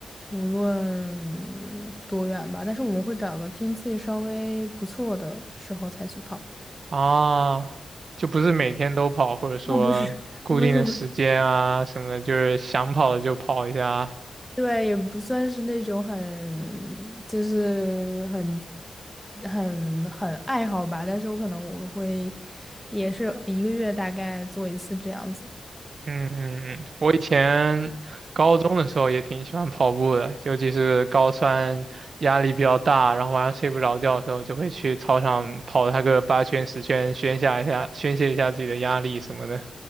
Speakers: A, in the centre; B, on the right.
A: 无论多远吧。但是我们会找个天气稍微不错的时候才去跑。
B: 啊，就不是每天都跑，或者说固定的时间啊什么的，
A: 啊，不不是，<laughs> 不是，不是，
B: 就是想跑就跑一下啊，
A: 对，也不算是那种很，就是很，很很爱好吧。但是我可能我会，也是一个月大概做一次这样子。
B: 嗯嗯嗯，我以前高中的时候也挺喜欢跑步的，尤其是高三压力比较大，然后晚上睡不着觉的时候，就会去操场跑它个八圈十圈，宣泄一下宣泄一下自己的压力什么的，